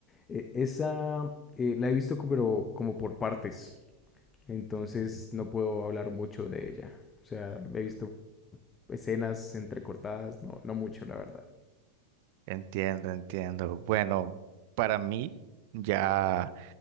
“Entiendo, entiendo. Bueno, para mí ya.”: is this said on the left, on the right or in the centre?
Right